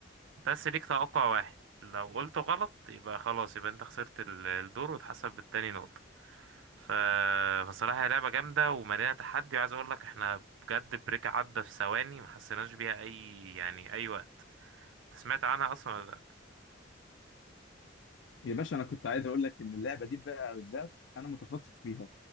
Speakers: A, on the right; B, on the left.
A: بس ليك توقع واحد لو قلته غلط يبقى خلاص يبقى انت خسرت ال- الدور وتحسب بالتاني نقطة ف... فصراحة هي لعبة جامدة ومليانة تحدي وعايز اقول لك احنا بجد بريك عدى في ثواني ما حسيناش بيها اي يعني اي وقت انت سمعت عنها اصلا ولا لا
B: يا باشا انا كنت عايز اقول لك ان اللعبه دي بقى بالذات انا متخصص فيها